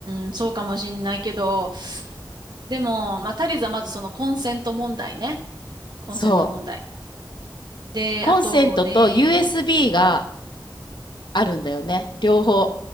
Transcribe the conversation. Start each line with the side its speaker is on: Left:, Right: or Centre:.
Right: ーん、そうかもしんないけど、でも、まあ、足りずはまずそのコンセント問題ね。コンセント問題。
Left: そう。
Right: で、
Left: コンセントと
Right: あとね、
Left: USB があるんだよね。両方。